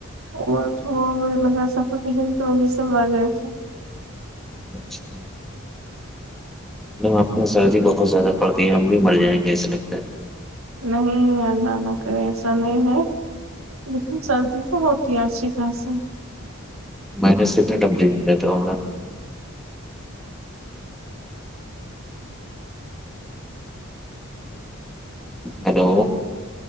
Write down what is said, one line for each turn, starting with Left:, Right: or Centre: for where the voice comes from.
Right: اور تھوڑے لگ رہا سفوکشن کی وجہ سے مرگئے تھے
Centre: اچھا آپ کو سردی بہت زیادہ پڑتی ہے ہم بھی مر جائیں گے ایسے لگتا ہے
Right: نہیں اللہ نہ کرے ایسا نہیں ہے لیکن سردی تو ہوتی ہے اچھی خاصی
Centre: مائنس کتنا ٹمپریچر رہتا ہوگا ہلو